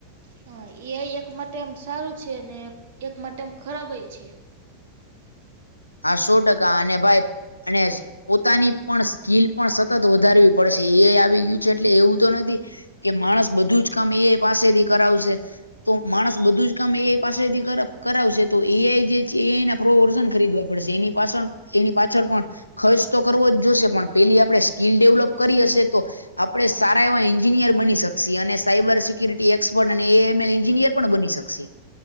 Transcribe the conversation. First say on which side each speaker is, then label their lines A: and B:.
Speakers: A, on the right; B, on the left.
A: હા એઆઈ એક માટે આમ સારું છે ને એક માટે આમ ખરાબે ય છે.
B: હા સો ટકા અને ભાઈ ગણેશ પોતાની પણ સ્કીલ પણ સતત વધારવી પડશે એઆઈ આવી ગયું છે એટલે એવું તો નથી. કે માણસ બધું જ કામ એઆઇ પાસેથી કરાવશે. તો માણસ બધું જ કામ એઆઈ પાસેથી કર કરાવશે તો એઆઈ જે છે એઆઈના પ્રો વર્ઝન ખરીદવા પડશે. એની પાછળ એની પાછળ પણ ખર્ચ તો કરવો જ જોશે પણ પેલી આપણે સ્કીલ ડેવલોપ કરી હશે તો આપણેે સારા એવા એન્જિનિયર બની શકશી અને સાયબર સિક્યુરિટી એક્સપર્ટ અને એએમાઇ એન્જિનિયર પણ બની શકશે.